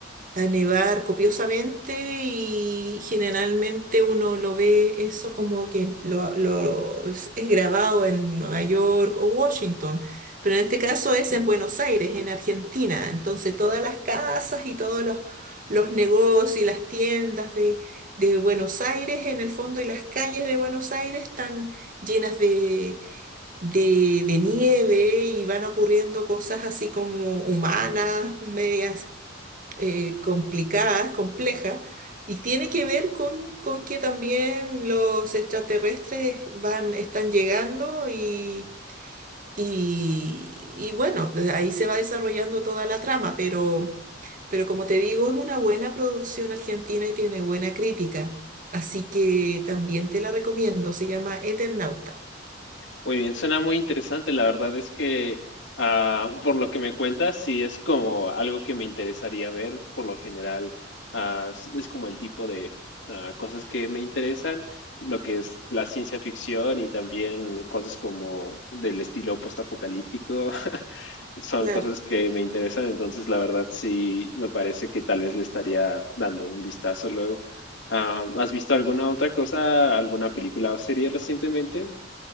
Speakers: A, on the right; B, on the left.
A: a nevar copiosamente y generalmente uno lo ve eso como que lo, lo- es es grabado en Nueva York o Washington, pero en este caso es en Buenos Aires, en Argentina. Entonces todas las casas y todos los, los negocios y las tiendas de, de Buenos Aires en el fondo y las calles de Buenos Aires están llenas de... de, de nieve y van ocurriendo cosas así como humanas, medias eh, complicadas, complejas, y tiene que ver con, con que también los extraterrestres van, están llegando y, y, y bueno, de ahí se va desarrollando toda la trama, pero, pero como te digo, es una buena producción argentina y tiene buena crítica, así que también te la recomiendo, se llama Eternauta.
B: Muy bien, suena muy interesante. La verdad es que, ah, por lo que me cuentas, sí es como algo que me interesaría ver. Por lo general, ah, s- es como el tipo de ah, cosas que me interesan, lo que es la ciencia ficción y también cosas como del estilo postapocalíptico. <laughs> Son
A: Claro.
B: cosas que me interesan, entonces la verdad sí me parece que tal vez le estaría dando un vistazo luego. Ah, ¿has visto alguna otra cosa, alguna película o serie recientemente?